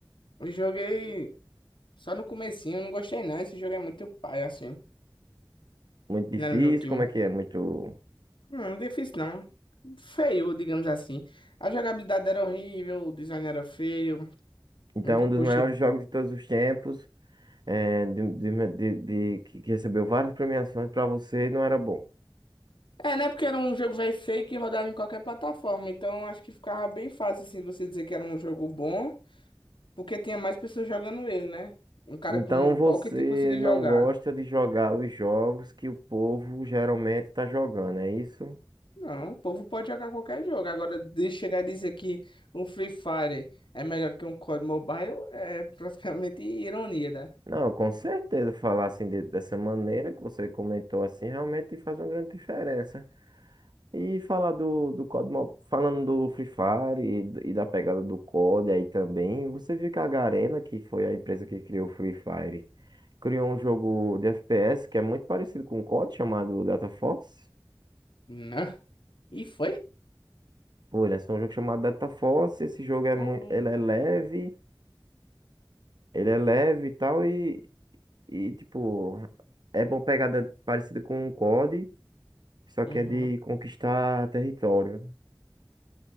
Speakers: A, on the left; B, on the right.
A: Eu joguei só no comecinho, eu não gostei não. Esse jogo é muito pai, assim.
B: Muito difícil,
A: Não era um jogo que.
B: como
A: hum,
B: é que é? Muito.
A: Não, é difícil não. Feio, digamos assim. A jogabilidade era horrível, o design era feio.
B: Então,
A: Nunca
B: um dos
A: gostei.
B: maiores jogos de todos os tempos, é, de, de, de, de- que que recebeu várias premiações, pra você não era bom.
A: É, né? Porque era um jogo velho feio que rodava em qualquer plataforma. Então acho que ficava bem fácil, assim, você dizer que era um jogo bom, porque tinha mais pessoas jogando ele, né? Um cara
B: Então
A: com um pocket
B: você
A: conseguir
B: não
A: jogar.
B: gosta de jogar os jogos que o povo geralmente está jogando, é isso?
A: Não, o povo pode jogar qualquer jogo. Agora, de chegar e dizer que um Free Fire é melhor que um COD Mobile é praticamente ironia, né?
B: Não, com certeza falar assim de- dessa maneira que você comentou assim realmente faz uma grande diferença. E falar do, do COD, Mo- falando do Free Fire e, d- e da pegada do COD aí também, você viu que a Garena, que foi a empresa que criou o Free Fire, criou um jogo de FPS que é muito parecido com o COD, chamado Data Force.
A: Não. E foi?
B: Foi, lançou um jogo chamado Data Force, esse jogo é
A: Ah,
B: muito,
A: é.
B: ele é leve. Ele é leve e tal, e, e tipo, é bom pegada parecida com um COD, só que
A: Uhum.
B: é de conquistar território.